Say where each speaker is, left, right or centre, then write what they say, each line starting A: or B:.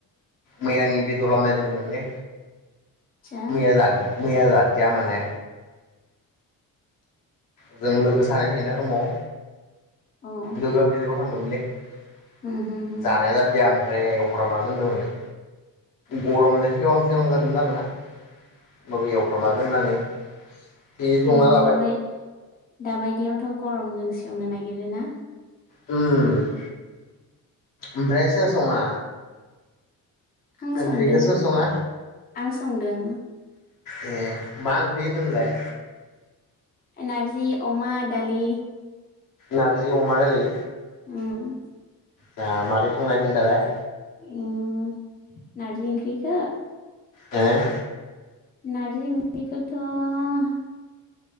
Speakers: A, on the left (about 70°); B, on the left (about 25°).
A: मैयानि बेदर लाबोनाय दंमोनलै
B: आदसा
A: मैया मैया जादिया माने जों लोगो सानै थायोना रुमाव
B: अ
A: लोगोआ बेलगाव थांदोंमोन <unintelligible>
B: उम हो हो
A: जानाय जादिया आं जायगाय एवफ्राना दोनदोंमोन गरमनि सेबां सेबां जादोंमोन आरोना होनबाबो एवफ्रामना दोननानै बिदि संना
B: ओम
A: जाबाय
B: दाबाय दाबायदियावथ' गरमजों से सेवनो नागिरोना
A: उम ओमफ्राय सोर सङा
B: आं
A: ओंख्रिखौ
B: संदों
A: सोर सङा
B: आं संदों
A: ए मा ओंख्रि होन्दोंमोनलाय
B: नार्जि अमा दालि
A: नारजि अमा दालि
B: हम
A: मा मारै संनाय खोनथालाय
B: ओम नारजि ओंख्रिखौ
A: हो
B: नारजि ओंख्रिखोथ'